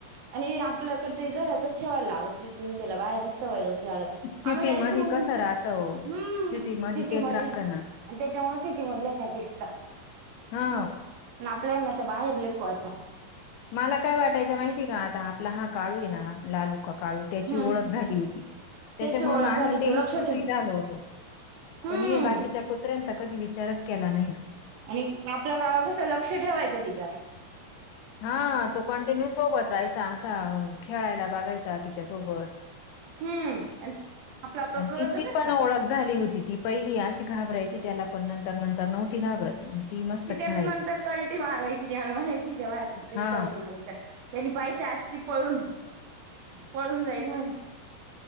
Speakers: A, on the right (about 70°); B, on the left (about 80°).
A: आणि आपल्याकड ते घरातच ठेवायला लागत तुम्ही त्याला बाहेरचवायला.
B: सिटी
A: आम्ही रायरेक्ट
B: मध्ये
A: रूम.
B: कसं राहत ओ
A: हम्म
B: सिटी मध्ये
A: सिटीमध्ये
B: तेच राहत
A: आणि
B: ना
A: त्याच्यामुळे सिटी मधल्या टिकता.
B: हा.
A: आणि आपल्यानं ते बाहेरले पळतता.
B: मला काय वाटायचं माहितीय का आता आपला हा काळू आहे ना लालू. काळू त्याची
A: हम्म
B: ओळख झाली होती त्याच्यामुळे
A: त्याची ओळख झाली
B: आम्ही टेन्शन
A: तो लक्ष ठेव
B: फ्री झालो होतो.
A: हम्म
B: पण हे बाकीच्या कुत्र्यांचा कधी विचारच केला नाही ना.
A: आणि आपलं गाव कसं लक्ष ठेवायचं तिच्या
B: हा तो कंटिन्यू सोबत राहायचा असा खेळायला बघायचा तिच्या सोबत.
A: हम्म आपलं आपलं
B: आणि
A: कळत
B: तिची
A: बर
B: पण
A: का
B: ओळख. झाली होती ती पहिली अशी घाबरायची त्याला पण नंतर नंतर नव्हती घाबरत. मस्त
A: ती त्याला
B: खेळायची
A: नंतर कलटी मारायची त्याला म्हणायची त्या बायकांशी
B: हा
A: कलटी मारायची. त्यांनी पाहिच्या आत ती पळून पळून जाईल म्हणे.